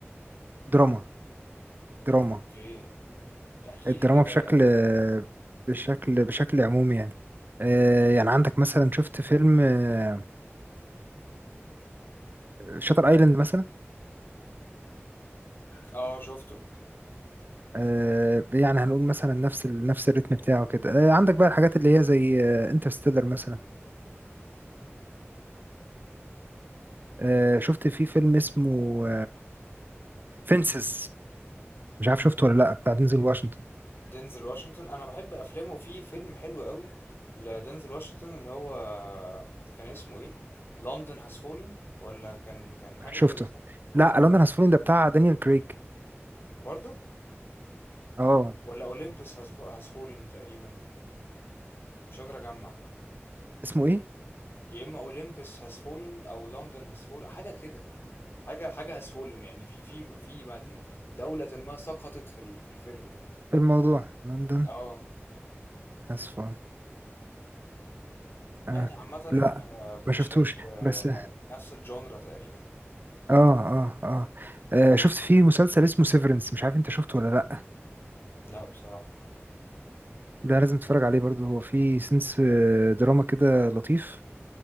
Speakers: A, on the right (about 45°); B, on the left (about 55°).
A: دراما دراما
B: أوكي احكي
A: الدراما
B: لي كده
A: بشكل بشكل بشكل عمومي يعني آه، يعني عندك مثلا شفت فيلم آه، شاتر ايلاند مثلا
B: اه شفته
A: آه، يعني هنقول مثلا نفس ال- نفس الريتم بتاعه كده آه، عندك بقى الحاجات اللي هي زي انترستيلر مثلا آه، شفت في فيلم اسمه فينسز مش عارف شفته ولا لا بتاع دينزل واشنطن
B: دينزل واشنطن انا بحب افلامه في فيلم حلو قوي لدينزل واشنطن اللي هو كان اسمه ايه لندن هاز فولن ولا كان كان حاجه
A: شفته
B: كده صح
A: لا لندن هاز فولن ده بتاع دانيال كريج
B: برضو
A: اه
B: ولا اولمبس هاز فولن تقريبا مش قادر اجمع
A: اسمه ايه
B: يا اما اولمبس هاز فولن او لندن هاز فولن حاجه كده حاجه حاجه هاز فولن يعني في في في مدينه دوله ما سقطت في ال- في الفيلم ده
A: في الموضوع لندن
B: اه
A: هاز فولن آه.
B: يعني عامه
A: لا
B: احنا بنشير
A: ما شفتوش
B: آه،
A: بس
B: ن- نفس الجونرا تقريبا
A: اه اه اه آه، شفت فيه مسلسل اسمه سيفرنس مش عارف انت شفته ولا لأ
B: لا بصراحه
A: ده لازم تتفرج عليه برضه هو فيه سنس آه، دراما كده لطيف